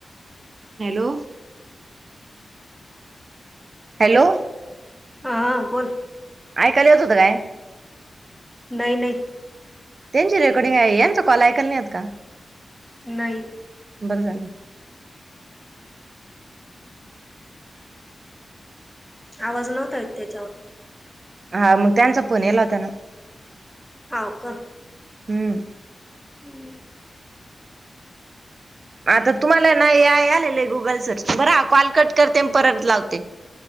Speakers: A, on the right; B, in the centre.
A: हॅलो हॅलो
B: हा बोल
A: ऐकायला यत होत काय
B: नाही नाही
A: त्यांची रेकॉर्डिंग आहे यांचा कॉल ऐकल नाही का
B: नाही
A: बर झालं
B: आवाज नव्हता त्याच्यावर
A: हा मग त्यांचा फोन यला होताना
B: हो का
A: हम्म
B: हम्
A: आता तुम्हाला नाहीय आलेलं आहे गुगल सर्च बर कॉल कट करते परत लावते